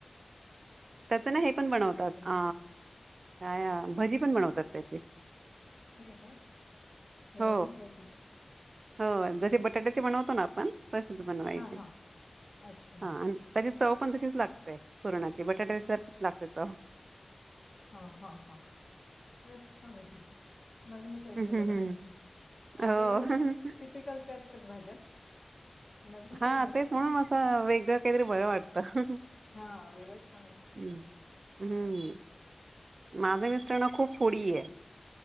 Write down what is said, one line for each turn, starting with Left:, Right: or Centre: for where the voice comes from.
Right: त्याच ना हे पण बनवतात
Left: करायचं.
Right: अ काय भजी पण बनवतात त्याची
Left: ते हो, हे नवीनच
Right: हो
Left: ऐकलं मी.
Right: हो जसे बटाट्याचे बनवतो ना आपण तसेच बनवायचे
Left: हां, हां. अच्छा.
Right: हा आणि त्याची चव पण तशीच लागते सुरणाची बटाट्या विर किती लागतेच
Left: हा हा हाचछा नकी नवीनचही
Right: हं
Left: केलं
Right: हं
Left: नाही
Right: हं
Left: ह
Right: हो
Left: आमच्याकडे टिपिकल ते असत भाज्या नवीन
Right: हा
Left: काही नाही.
Right: तेच म्हणून असं वेगळं काहीतरी बर वाटतं
Left: हा हव सांग प
Right: हम्म हम्म माझे मस्टरना खूप फरय